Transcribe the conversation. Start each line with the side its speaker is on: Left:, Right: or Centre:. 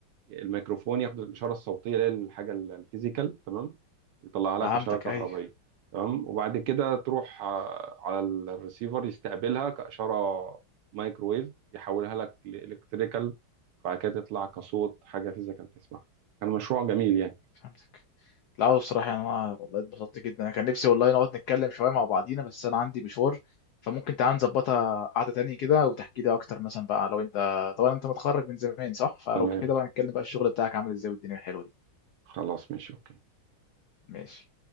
Right: الميكروفون ياخد الاشاره الصوتيه اللي هي الحاجه ال- الفيزيكال تمام ويطلع لك
Left: فهمتك
Right: اشاره كهربيه
Left: ايوه
Right: تمام وبعد كده تروح آه، على ال- الريسيفر يستقبلها كاشاره مايكروويف يحولها لك لالكتريكال وبعد كده تطلع كصوت حاجه فيزيكال تسمعها كان مشروع جميل يعني
Left: فهمتك لا هو الصراحه يعني انا والله اتبسطت جدا انا كان نفسي والله نقعد نتكلم شويه مع بعضينا بس انا عندي مشوار فممكن تعال نظبطها قعده تانية كده وتحكي لي اكتر مثلا بقى لو انت طبعا انت متخرج من زمان صح فلو
Right: تمام
Left: كده بقى نتكلم بقى الشغل بتاعك عامل ازاي والدنيا الحلوه دي
Right: خلاص ماشي اوكي
Left: ماشي